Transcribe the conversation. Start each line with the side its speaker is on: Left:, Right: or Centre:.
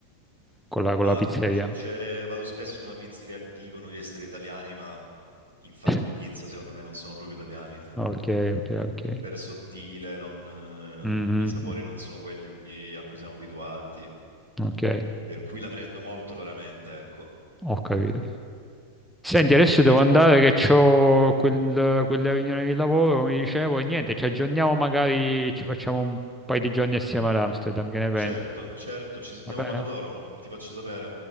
Centre: con la,
Right: Bah,
Centre: con la pizzeria.
Right: cioè, vado spesso in una pizzeria, dicono di essere italiani, ma in fatto
Centre: <laughs>
Right: di pizza secondo me non sono proprio italiani.
Centre: Ok, ok, ok.
Right: Iper sottile, non,
Centre: Mhm,
Right: eh, i sapori
Centre: mhm.
Right: non sono quelli a cui siamo abituati,
Centre: Ok,
Right: per cui la prendo molto raramente, ecco.
Centre: ho capito. Senti, adesso
Right: E niente,
Centre: devo andare che ho quel, quella riunione di lavoro, come dicevo, e niente, ci aggiorniamo magari, ci facciamo un paio di giorni assieme ad Amsterdam, che ne
Right: certo,
Centre: pensi?
Right: certo, ci sentiamo
Centre: Va bene?
Right: quando torno, ti faccio sapere.